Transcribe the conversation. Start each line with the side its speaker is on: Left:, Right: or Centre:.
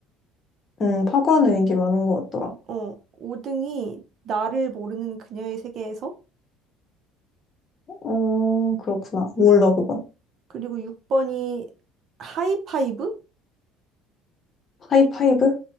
Left: 응, 파고하는 인기 많은 것 같더라.
Right: 어, 5등이 나를 모르는 그녀의 세계에서,
Left: 어, 그렇구나. 몰라, 그건.
Right: 그리고 6번이 하이파이브?
Left: 하이파이브?